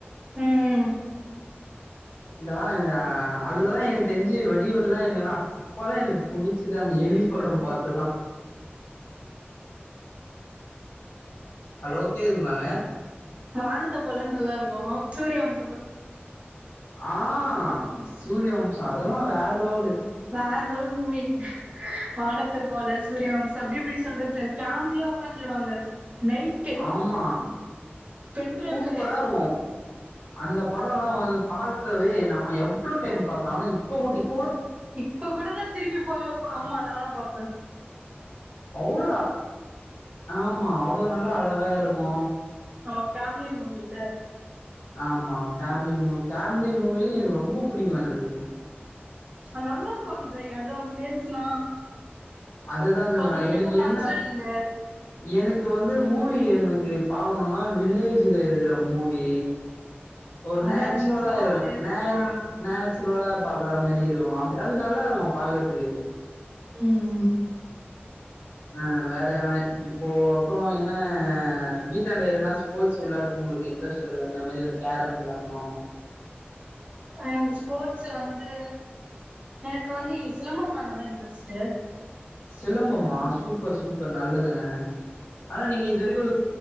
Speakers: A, on the right; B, on the left.
A: உம்ம்
B: இதல்லா அதுலதா எனக்கு தெரிஞ்சு வெடிவால எல்லா எனக்குல்லா அப்பதா எனக்கு புடிச்சுது அந்த எலி படம் பாத்துதா ஹலோ கேக்குதுங்களாங்க
A: வானத்தை போல நல்லா இருக்கு சூரிய வம்
B: ஆ சூரியவம்சம் அதெல்லா வேற லெவலு
A: வேற லெவல் மூவி வானதா த்துப் போல சூரியவம்சோ அப்டி எப்டி சொல்றது ஃபேம்லியா உக்காந் பிருஞ்சுருவாங்க நைட்டு
B: ஆமா
A: பெண் டிரைவுல
B: சூப்பரா இருக்கு அந்த படோலா வந்து பாக்கவே நம்ம எவ்ளளோ டைம் பாத்தாலு இப்ப கூட இப்
A: இப்ப கூட நா திருப்பி போ போ ஆமா நாலா பாப்ப
B: அவ்ளா ஆமா அவ்ளோ நல்லா அழகா இருக்கு
A: நம்ம ஃபேம்லி மூவி இல்ல
B: ஆமா ஃபேம்லி மூவி ஃபேம்லி மூவி எனக்கு ரொம்பா புடிக்கு எனக்கு
A: நல்லா இருக்கு அந்த எடோ பிளேஸ்லா
B: அதுதா சொல்ற
A: காமெடிக்கு
B: எனக்கு என்ன
A: பஞ்சோ இல்ல
B: எனக்கு வந்து மூவி எனக்கு பாக்கணுனா வில்லேஜ்ல எடுக்குற மூவி ஒரு
A: அதா
B: நேச்சுரலா
A: நீ சொல்லும்
B: இருக்க
A: போது
B: நேச்
A: ஆ
B: நேச்சுரலா பாக்குற மாதிரி இருக்கணுமா அப் அது நல்லா இருக்கு பாக்குறத்துக்கு
A: ம் ம்
B: ஆ வேற இப்போ அப்புறோ என்ன வீட்டாண்ட எதுனா ஸ்போர்ட்ஸ் விளையாடுறது உங்களுக்கு இன்ட்ரெஸ்ட் இருக்குது இந்த மாரி எதுனா கேரம் விளையாடனுமா
A: அ அந்த ஸ்போட்ஸ் வந்து எனக்கு வந்து சிலம்பம் மேலதா இன்ட்ரெஸ்ட்டு
B: சிலம்பமா சூப்பர் சூப்பர் நல்லதுங்க ஆனா நீங்க இது வரைக்கு